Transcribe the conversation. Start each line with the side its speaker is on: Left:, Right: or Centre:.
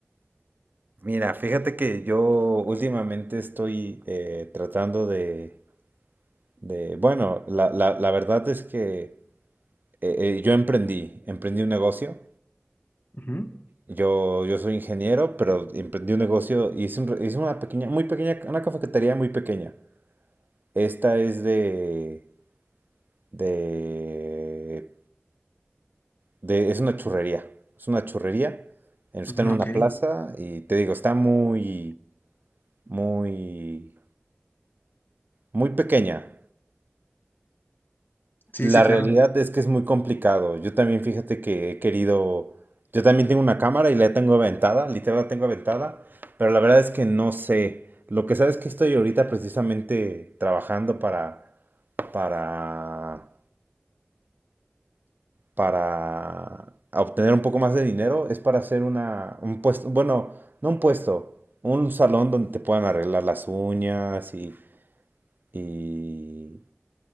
Right: Mira, fíjate que yo últimamente estoy eh, tratando de, de- bueno, la, la- la verdad es que eh, eh, yo emprendí, emprendí un negocio
Left: Ujú.
Right: Yo, yo soy ingeniero, pero emprendí un negocio y hice, un- re- hice una pequeña, muy pequeña, una cafetería muy pequeña. Esta es de, de, de- es una churrería. Es una churrería. Está
Left: Mm,
Right: en una
Left: ok,
Right: plaza y te digo, está muy, muy, muy pequeña.
Left: sí,
Right: La
Left: sí, claro.
Right: realidad es que es muy complicado. Yo también, fíjate que he querido, yo también tengo una cámara y la tengo aventada, literal la tengo aventada, pero la verdad es que no sé. Lo que sabes es que estoy ahorita precisamente trabajando para, para, para obtener un poco más de dinero, es para hacer una, un puesto, bueno, no un puesto, un salón donde te puedan arreglar las uñas y, y,